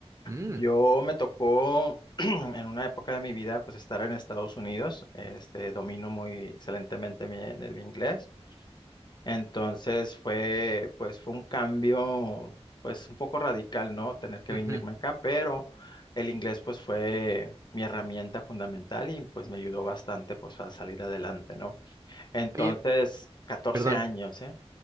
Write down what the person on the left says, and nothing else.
Yo me tocó <clears throat> en una época de mi vida pues estar en Estados Unidos, este domino muy excelentemente mi- el inglés, entonces fue pues fue un cambio pues un poco radical, ¿no? Tener que
venirme acá, pero el inglés pues fue mi herramienta fundamental y pues me ayudó bastante pues a salir adelante, ¿no? Entonces,
14
años, ¿eh?